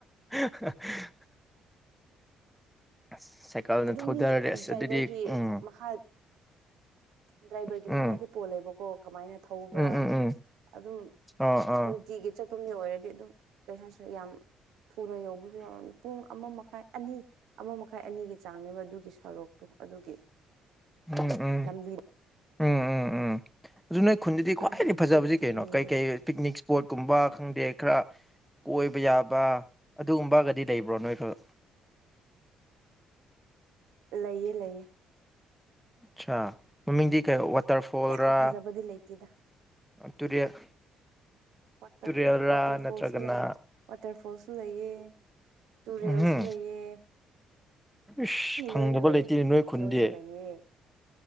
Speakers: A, in the centre; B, on the right (about 60°).
A: <unintelligible> ꯑꯁ ꯁꯥꯏꯀꯜꯅ
B: ꯑꯗꯨꯝ
A: ꯊꯧꯗꯔꯗꯤ
B: ꯃꯤ
A: ꯑꯁ
B: ꯗ꯭ꯔꯥꯏꯚꯔꯒꯤ
A: ꯑꯗꯨꯗꯤ ꯎꯝ
B: ꯃꯈꯥ ꯗ꯭ꯔꯥꯏꯚꯔꯒꯤ
A: ꯎꯝ
B: ꯃꯈꯥꯗꯤ ꯄꯣꯜꯂꯦꯕꯀꯣ ꯀꯃꯥꯏꯅ ꯊꯧꯕ꯭ꯔꯥ
A: ꯎꯝ ꯎꯝ ꯎꯝ
B: ꯑꯗꯨꯝ
A: ꯑꯥ ꯑꯥ
B: ꯊꯤꯒꯤ ꯆꯠꯄ ꯃꯤ ꯑꯣꯏꯔꯗꯤ ꯑꯗꯨꯝ ꯀꯩ ꯍꯥꯏꯔꯦ ꯌꯥꯝ ꯊꯨꯅ ꯌꯧꯕꯁꯨ ꯌꯥꯎꯔꯝꯃꯤ ꯄꯨꯡ ꯑꯃ ꯃꯈꯥꯏ ꯑꯅꯤ ꯑꯃ ꯃꯈꯥꯏ ꯑꯅꯤꯒꯤ ꯆꯥꯡꯅꯦꯕ ꯑꯗꯨꯒꯤ ꯁꯣꯔꯨꯛꯇꯣ ꯑꯗꯨꯒꯤ
A: ꯎꯝ ꯎꯝ
B: ꯂꯝꯕꯤ
A: ꯎꯝ ꯎꯝ ꯎꯝ ꯑꯗꯨ ꯅꯣꯏ ꯈꯨꯟꯗꯗꯤ ꯈ꯭ꯋꯥꯏꯗꯒꯤ
B: ꯑꯗꯨꯅꯦ
A: ꯐꯖꯕꯖꯦ ꯀꯩꯅꯣ ꯀꯩ ꯀꯩ ꯄꯤꯛꯅꯤꯛ ꯏꯁꯄꯣꯠꯀꯨꯝꯕ ꯈꯪꯗꯦ ꯈꯔ ꯀꯣꯏꯕ ꯌꯥꯕ ꯑꯗꯨꯒꯨꯝꯕꯒꯗꯤ ꯂꯩꯕ꯭ꯔꯣ ꯅꯣꯏꯗꫭ
B: ꯂꯩꯌꯦ ꯂꯩꯌꯦ
A: ꯑꯠꯁꯥ ꯃꯃꯤꯡꯗꯤ ꯀꯩ ꯋꯥꯇꯔꯐꯣꯜꯔ
B: ꯌꯥꯝ ꯐꯖꯕꯗꯤ ꯂꯩꯇꯦꯗ
A: ꯇꯨꯔꯦꯜ
B: ꯋꯥꯇꯔꯐꯣꯜ
A: ꯇꯨꯔꯦꯜꯔꯥ
B: ꯋꯥꯇꯔ
A: ꯅꯠꯇ꯭ꯔꯒꯅ
B: ꯐꯣꯜꯁꯨ ꯂꯩ ꯋꯥꯇꯔ ꯐꯣꯜꯁꯨ ꯂꯩꯌꯦ ꯇꯨꯔꯦꯜꯁꯨ
A: ꯎꯝꯍꯨꯝ
B: ꯂꯩꯌꯦ
A: ꯏꯁ ꯐꯪꯗꯕ
B: ꯂꯣꯏꯅ ꯂꯩꯌꯦ
A: ꯂꯩꯇꯦꯅꯦ ꯅꯣꯏ ꯈꯨꯟꯗꯤ
B: ꯂꯣꯏꯅ ꯂꯩꯌꯦ